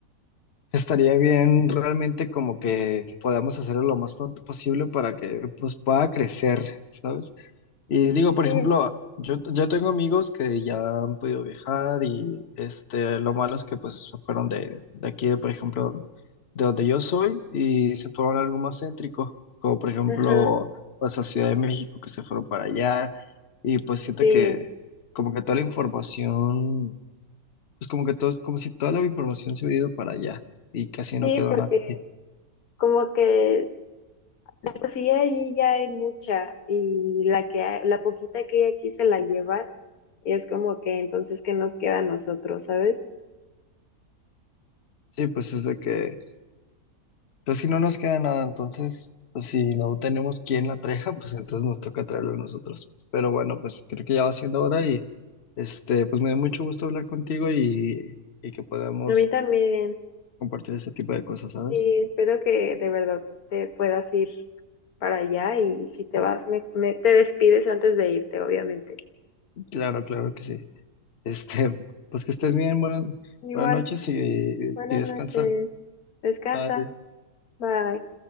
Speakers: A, on the left; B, on the left.
A: estaría bien realmente como que podamos hacerlo lo más pronto posible para que pues pueda crecer, ¿sabes? Y digo, por
B: Sí,
A: ejemplo, yo, yo tengo amigos que ya han podido viajar y este, lo malo es que pues se fueron de, de aquí, de, por ejemplo, de donde yo soy y se fueron a algo más céntrico, como por ejemplo,
B: ajá,
A: pues a Ciudad de México, que se fueron para allá y pues siento
B: sí,
A: que como que toda la información, pues como que todo, como si toda la información se hubiera ido para allá y casi no
B: sí,
A: quedó
B: porque
A: nada aquí.
B: como que de por sí ahí ya hay mucha y la que hay- la poquita que hay aquí se la lleva y es como que entonces qué nos queda a nosotros, ¿sabes?
A: Sí, pues es de que Pues si no nos queda nada, entonces, pues, si no tenemos quien la traiga, <laughs> pues entonces nos toca traerlo nosotros. Pero bueno, pues creo que ya va siendo hora y este, pues me dio mucho gusto hablar contigo y, y que podamos
B: A mí también.
A: compartir este tipo de cosas, ¿sabes?
B: Sí, espero que de verdad te puedas ir para allá y si te vas, me, me- te despides antes de irte, obviamente.
A: Claro, claro que sí. Este, pues que estés bien, buenas,
B: Igual,
A: buenas noches y,
B: buenas
A: y descansa.
B: noches. Descansa.
A: Bye.
B: Bye.